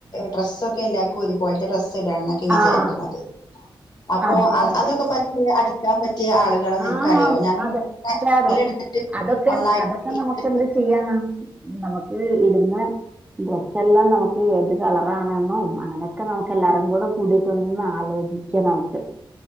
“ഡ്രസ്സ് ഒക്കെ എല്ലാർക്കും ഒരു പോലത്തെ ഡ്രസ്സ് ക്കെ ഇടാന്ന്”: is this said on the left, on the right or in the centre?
Left